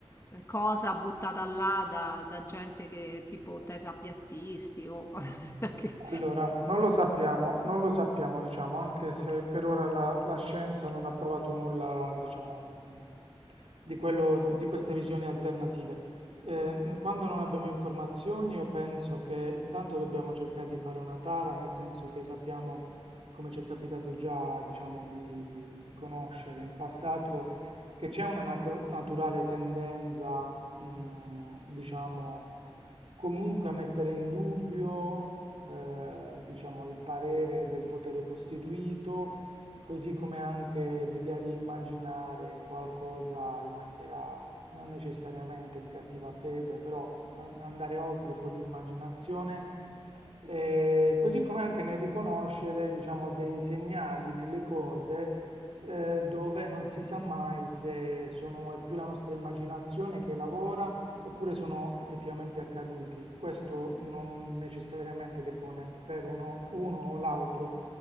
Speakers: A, on the left; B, on the right.
A: eh, cosa buttata là da, da gente che tipo terrapiattisti o cose <laughs> che...
B: Allora, non lo sappiamo, non lo sappiamo, diciamo, anche se per ora la, la scienza non ha provato nulla, diciamo, mh, di quello, di queste visioni alternative. Eh, quando non abbiamo informazioni, io penso che intanto dobbiamo cercare di fare una tara, nel senso che sappiamo, come ci è capitato già, diciamo, di, di- di conoscere in passato, che c'è una natu- naturale tendenza, mh, diciamo, comunque a mettere in dubbio eh, diciamo, al parere del potere costituito, così come anche l'idea di immaginare qualcosa in maniera non necessariamente in cattiva fede, però an- andare oltre con l'immaginazione, eh, così come anche nel riconoscere, diciamo, dei segnali nelle cose. eh, dove non si sa mai se sono, è più la nostra immaginazione che lavora oppure sono effettivamente accaduti. Questo non necessariamente depone per uno, uno o l'altro,